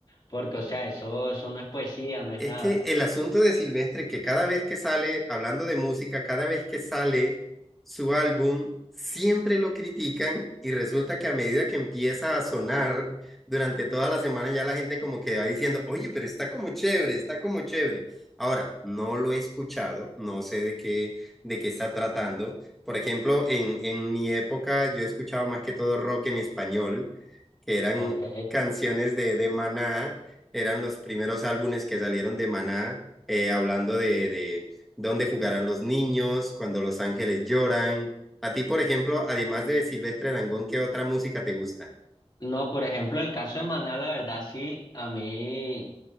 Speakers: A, on the left (about 40°); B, in the centre.
A: Porque, o sea, eso, eso no es poesía, no es
B: Es
A: nada.
B: que el asunto de Silvestre es que cada vez que sale, hablando de música, cada vez que sale su álbum, siempre lo critican y resulta que a medida que empieza a sonar durante toda la semana, ya la gente como que va diciendo, oye, pero está como chévere, está como chévere. Ahora, no lo he escuchado, no sé de qué, de qué está tratando. Por ejemplo, en, en mi época yo escuchaba más que todo rock en español, que eran
A: Ok.
B: canciones de, de Maná eran los primeros álbumes que salieron de Maná, eh, hablando de, de dónde jugarán los niños, cuando los ángeles lloran. A ti, por ejemplo, además de Silvestre Dangond, ¿qué otra música te gusta?
A: No, por ejemplo, el caso de Maná, la verdad, sí, a mí.